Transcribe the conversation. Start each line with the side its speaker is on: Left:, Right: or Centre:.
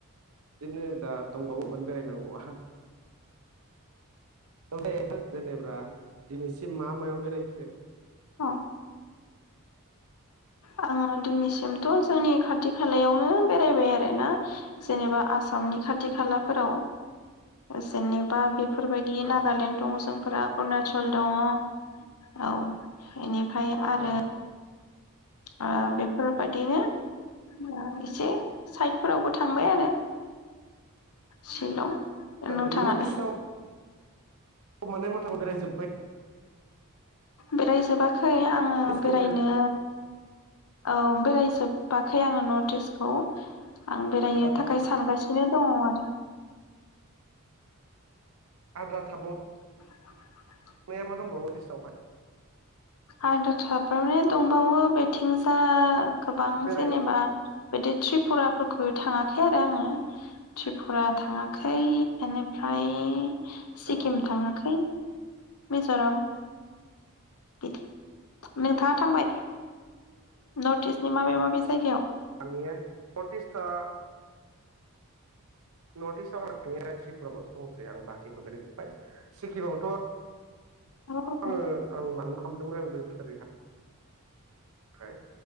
Right: बिदिनो दा दंबावावगोन बेरायनांगौ आहा ओफ्राय जेनेबा दिनैसिम मा मायाव बेरायखो?
Left: औ आङो दिनैसिमथ जोंनि खाथि खालायावनो बेरायबाय आरोना जेनेबा आसामनि खाथि खालाफोराव जेनेबा बे बेफोरबायदि
Right: औ
Left: नागालेण्ड दं जोंफोरा अरुणाचल दङ औ बेनि ओमफाय आरो
Right: औ
Left: आ बे फोर बादिनो ओ एसे साइडफोरावबो थांबाय आरो शिलं
Right: औ
Left: नोंथाङालाय
Right: नटिस आव माने मथामत बेरायजोबबाय।
Left: बेरायजोबा खै आङो
Right: नर्थ इस्टखौ
Left: बेरायनो औ बेरायजोब बाखै आङो नर्थ इस्टखौ आं बेरायनो
Right: बेराय
Left: थाखाय सानगासिनो दङ आरो।
Right: आद्रा थाबाव
Left: <inaudible>
Right: माया मा दंबावो अदेसावहाय
Left: आद्रा थाबावरेन दंबावो बेथिंजा गोबां
Right: बेरायनो
Left: जेनेबा बिदि त्रिपुराफोर खो थाङाखै आरो आङो त्रिपुरा थाङाखै एनिफ्राय सिक्किम
Right: औ
Left: थाङाखै। मिज'राम बिदि। नोंथाङा
Right: औ
Left: थांबाय नर्थ इस्टनि माबे माबे जायगायाव
Right: आंनियो नर्थ इस्टआ नर्थ इस्टआव <unintelligible> त्रिपुरायावल'सो दंसै आं बाखिखौ बेरायजोब्बाय सिक्किमावथ'
Left: औ
Right: आङो आं मांनोखो खालामदोंमोन आं बै बोसोरनि <unintelligible> ओमफ्राय